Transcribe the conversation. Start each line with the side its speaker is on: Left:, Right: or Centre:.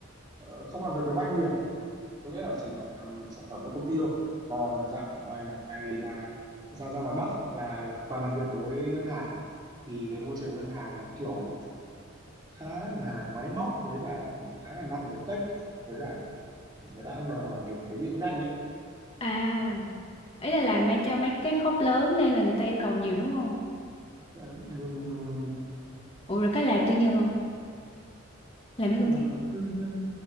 Right: ờ, không làm việc với banh nhiều có nghĩa là chỉ làm sản phẩm cho công ty thôi còn dạng ngoài này là ra ra ngoài Bắc là toàn làm việc với ngân hàng thì cái môi trường ngân hàng nó kiểu khá là máy móc với cả khá là nặng về tech với cả người ta cũng đòi hỏi mình cái gì cũng nhanh ấy
Left: À. Ý là làm mấy cho mấy cái khớp lớn nên là người ta yêu cầu nhiều đúng không?
Right: Ờ, luôn luôn luôn luôn luôn
Left: Ủa rồi cái làm tư nhân không? Làm mấy
Right: Ờ,
Left: công ty.
Right: tư nhân